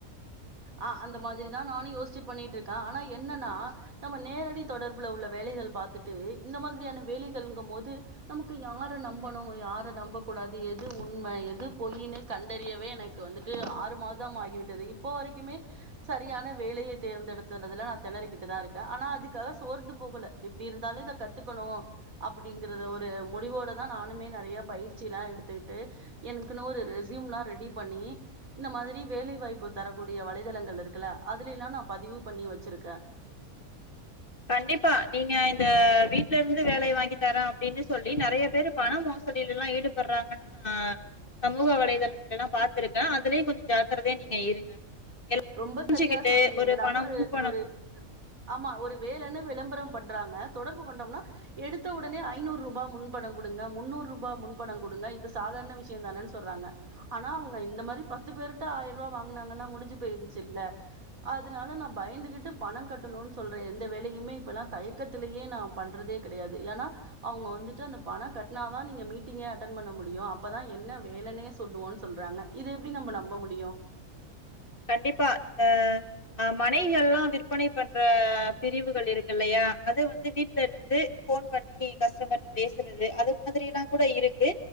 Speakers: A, on the right; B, on the left.
A: ஆ அந்த மாரி தா நானு யோசிச்சி பண்ணிட்டு இருக்கே ஆனா என்னனா நம்ம நேரடி தொடர்பு உள்ள வேலைகள பாத்துட்டு இந்த மாதிரியான வேலைகள் இங்க போது நமக்கு யார நம்பனு யார நம்ப கூடாது எது உண்ம எது பொயின்னு கண்டறியவே எனக்கு க்கு வந்துட்டு ஆறு மாதம் ஆகிவிட்டது இப்போ வரைக்குமே சரியான வேலய தேர்ந்தெடுத்துறதுலநா தெனறிக்கிட்டுதா இருக்கே ஆனா அதுக்காக சோர்ந்து போகல எப்பிடி இருந்தாலும் இத கத்துக்கணும் அப்பிடிங்கறத ஒரு முடிவோடதான் நானுமே நறைய பயிற்சி எல்லாம் எடுத்துக்கிட்டு எனக்குன்னு ஒரு ரெசியூம் எல்லாம் ரெடி பண்ணி இந்த மாதிரி வேலைவாய்ப்பு தரக்கூடிய வலைதளங்கள் இருக்குல்ல அதுல எல்லாம் நான் பதிவு பண்ணி வச்சிருக்கே
B: கண்டிப்பா நீங்க இந்த வீட்ல இருந்து வேலையை வாங்கி தர அப்பிடின்னு சொல்லி நறைய பேரு பண மோசடியில எல்லாம் ஈடுபடுறாங்கன்னு நான் சமூக வலைதளங்கல்லாம் பாத்திருக்கேன் அதுலயும் கொஞ்சம் ஜாக்கிரதையா நீங்க இருங்க
A: ரொம்ப
B: தெரிஞ்சுக்கிட்டு
A: சரியா சொன்னீங்க ஏதாவது
B: பணம்
A: ஒரு
B: முன்பணம்
A: ஒரு ஆமா ஒரு வேலைன்னு விளம்பரம் பண்றாங்க தொடர்பு கொண்டோம்னா எடுத்த உடனே ஐநூறு ரூபா முன்பணம் குடுங்க முன்னூறு ரூபா முன்பணம் குடுங்க இது சாதாரண விஷயம் தானேன்னு சொல்றாங்க ஆனா அவங்க இந்த மாறி பத்து பேருட்ட ஆயிரம் ரூபா வாங்கினாங்கன்னா முடிஞ்சு போயிருச்சுல்ல அதனால நா பயந்துகிட்டு பணம் கட்டணும்னு சொல்ற எந்த வேலையுமே இப்பல்லாம் தயக்கத்தலேயே நா பண்றதே கிடையாது ஏன்னா அவங்க வந்துட்டு அந்த பணம் கட்டினாதான் நீங்க மீட்டிங்கே அட்டன் பண்ண முடியும் அப்பதான் என்ன வேலன்னே சொல்லுவோன்னு சொல்றாங்க இத எப்படி நம்ம நம்ப முடியும்
B: கண்டிப்பா இந்த அ இந்த மனைகள் எல்லாம் விற்பனை பண்ற பிரிவுகள் இருக்கு இல்லையா அத வந்து வீட்ல இருந்து ஃபோன் பண்ணி கஸ்டமர்ட்ட பேசுறது அது மாதிரி எல்லாம் கூட இருக்கு